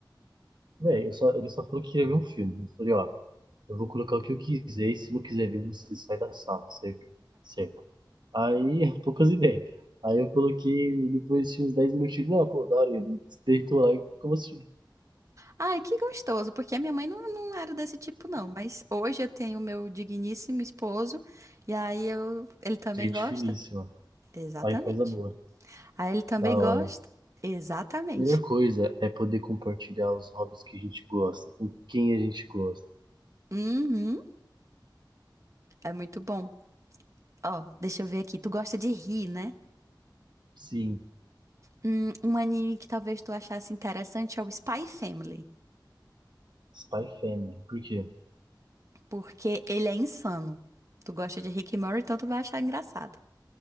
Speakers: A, on the right (about 70°); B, on the right (about 40°).
A: Véi, eu só, ele só falou que queria ver um filme. Eu falei, ó, eu vou colocar o que eu quiser e se não quiser ver, você sai da sala, certo? Certo. Aí, <laughs> poucas ideias. Aí eu coloquei, depois de uns 10 minutinhos, não, pô, da hora, ele deitou lá e como assim?
B: Ai, que gostoso, porque a minha mãe não, não era desse tipo, não. Mas hoje eu tenho o meu digníssimo esposo, e aí eu, ele também
A: Gente
B: gosta?
A: finíssima.
B: Exatamente.
A: Aí faz a boa.
B: Aí ele também
A: Da hora.
B: gosta? Exatamente.
A: Melhor coisa é poder compartilhar os hobbies que a gente gosta, com quem a gente gosta.
B: Uhum, é muito bom. Ó, deixa eu ver aqui, tu gosta de rir, né?
A: Sim,
B: Hum, um anime que talvez tu achasse interessante é o Spy Family.
A: Spy Family. Por quê?
B: Porque ele é insano. Tu gosta de Rick e Morty, então tu vai achar engraçado.